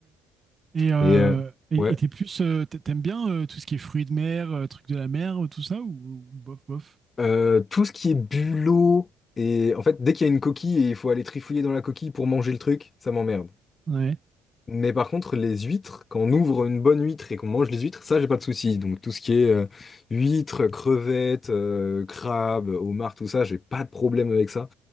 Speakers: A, on the right; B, on the left.
A: Et euh,
B: et, euh,
A: et-
B: ouais.
A: et t'es plus, euh, t'a- t'aimes bien euh, tout ce qui est fruits de mer, euh, trucs de la mer, euh, tout ça, ou, ou bof, bof?
B: Euh, tout ce qui est bulot, et en fait, dès qu'il y a une coquille et il faut aller trifouiller dans la coquille pour manger le truc, ça m'emmerde.
A: Ouais,
B: Mais par contre, les huîtres, quand on ouvre une bonne huître et qu'on mange les huîtres, ça, j'ai pas de souci. Donc, tout ce qui est euh, huîtres, crevettes, euh, crabes, homards, tout ça, j'ai pas de problème avec ça.